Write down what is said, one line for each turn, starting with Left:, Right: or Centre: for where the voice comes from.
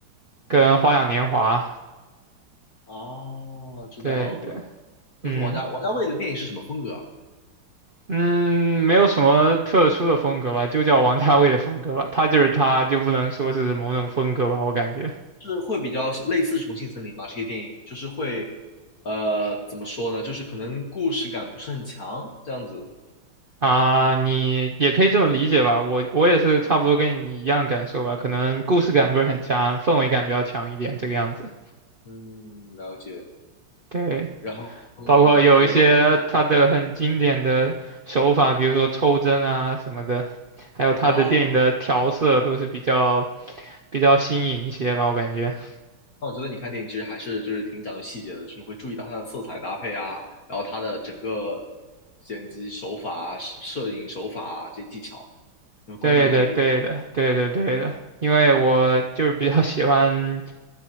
Right: 跟《花样年华》，
Left: 哦，知道了，
Right: 对对，
Left: 都是王家王家卫的电影是什么风格啊？
Right: 嗯嗯，没有什么特殊的风格吧，就叫王家卫的风格吧，他就是他，就不能说是某种风格吧，我感觉
Left: 是会比较类似《重庆森林》吗？这些电影就是会，呃，怎么说呢？就是可能故事感不是很强，这样子。
Right: 啊，你也可以这么理解吧，我我也是差不多跟你一样感受吧，可能故事感不是很强，氛围感比较强一点，这个样子，
Left: 嗯，了解。
Right: 对。
Left: 然后
Right: 包括有一些他的很经典的手法，
Left: 我
Right: 比如说抽帧啊什么的，还有他的电影的调色都是比较
Left: 啊，
Right: 比较新颖一些吧，我感觉。
Left: 那我觉得你看电影其实还是就是挺讲究细节的，就是你会注意到它的色彩搭配啊，然后它的整个剪辑手法啊、摄摄影手法啊这些技巧，你会关注到这一点。
Right: 对的，对的，对的，对的。因为我就比较喜欢